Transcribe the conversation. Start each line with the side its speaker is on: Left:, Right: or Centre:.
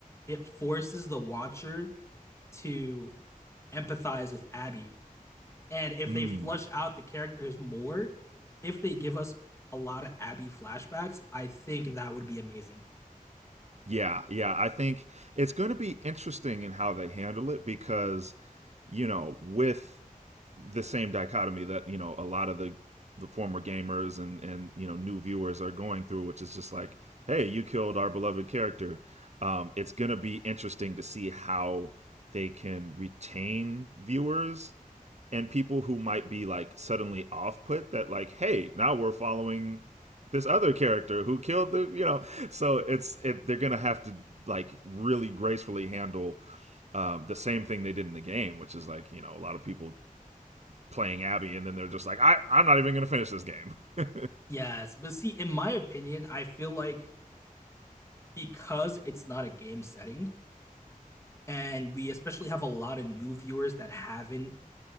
Left: it forces the watcher to empathize with Abby. And if
Right: Mm.
Left: they flush out the characters more, if they give us a lot of Abby flashbacks, I think that would be amazing.
Right: Yeah, yeah. I think it's going to be interesting in how they handle it because, you know, with the same dichotomy that you know a lot of the the former gamers and and you know new viewers are going through, which is just like, hey, you killed our beloved character. Um, it's going to be interesting to see how they can retain viewers and people who might be like suddenly off put that like hey now we're following this other character who killed the you know so it's it, they're gonna have to like really gracefully handle um, the same thing they did in the game which is like you know a lot of people playing abby and then they're just like I, i'm not even gonna finish this game <laughs>
Left: Yes, but see, in my opinion, I feel like because it's not a game setting, and we especially have a lot of new viewers that haven't